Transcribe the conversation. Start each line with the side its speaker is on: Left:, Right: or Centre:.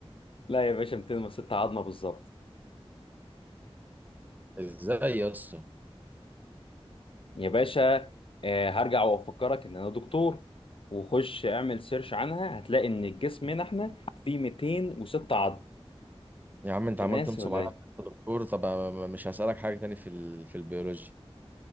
Left: لا يا باشا 206 عظمه بالظبط
Right: ازاي يا اسطى
Left: يا باشا آه، هرجع وافكرك ان انا دكتور وخش اعمل سيرش عنها هتلاقي ان الجسم هنا احنا فيه 206 عظم
Right: يا عم انت عمال
Left: انت ناسي
Right: تنصب
Left: ولا
Right: عليا
Left: ايه
Right: في الدكتور طب مش هسألك حاجة تاني في ال... في البيولوجي